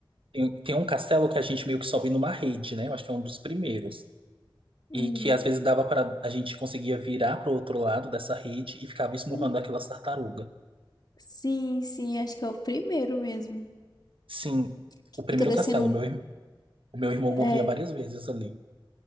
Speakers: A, on the right; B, on the left.
A: tem, tem um castelo que a gente meio que sobe numa rede, né? Eu acho que é um dos primeiros.
B: Uhum.
A: E que às vezes dava para a gente conseguia virar para o outro lado dessa rede e ficava esmurrando
B: Uhum.
A: aquelas tartarugas.
B: Sim, sim, acho que é o primeiro mesmo.
A: Sim,
B: Que
A: o primeiro
B: fica descendo
A: castelo,
B: um.
A: meu, ir- o meu irmão
B: É.
A: morria várias vezes ali.